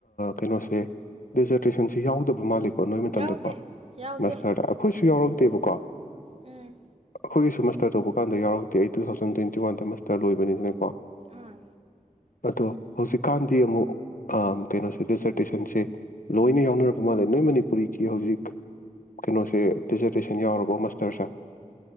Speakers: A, on the left; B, on the right.
A: ꯀꯩꯅꯣꯁꯦ ꯗꯦꯖꯔꯇꯦꯁꯟꯁꯦ ꯌꯥꯎꯗꯕ ꯃꯥꯜꯂꯤꯀꯣ ꯅꯣꯏ ꯃꯇꯝꯗꯀꯣꯁꯇꯔꯗ
B: ꯌꯥꯎꯗꯦ ꯌꯥꯎꯗꯦ
A: ꯑꯩꯈꯣꯏꯁꯨ ꯌꯥꯎꯔꯛꯇꯦꯕꯀꯣ ꯑꯩꯈꯣꯏꯒꯤ
B: ꯎꯝ
A: ꯇꯕꯨ ꯀꯀꯥꯟ ꯌꯥꯎꯔꯛꯇꯦ ꯑꯩ ꯇꯨ ꯊꯥꯎꯟ ꯇ꯭ꯋꯇ ꯋꯥꯗ ꯇ ꯂꯣꯏꯕꯅꯤꯗꯅꯀꯣ
B: ꯑꯥ
A: ꯑꯗꯣ ꯍꯧꯖꯤꯛꯀꯥꯟꯗꯤ ꯑꯃꯨꯛ ꯀꯩꯅꯣꯁꯦ ꯗꯦꯖꯔꯇꯦꯁꯟꯁꯦ ꯂꯣꯏꯅ ꯌꯥꯎꯅꯄ ꯃꯥꯜꯂꯦ ꯅꯣꯏ ꯃꯅꯤꯄꯨꯔꯤꯒꯤ ꯍꯧꯖꯤꯛ ꯀꯩꯅꯣꯁꯦ ꯗꯦꯖꯔꯇꯦꯁꯟ ꯌꯥꯎꯔꯕ ꯃꯁꯇꯔꯁꯦ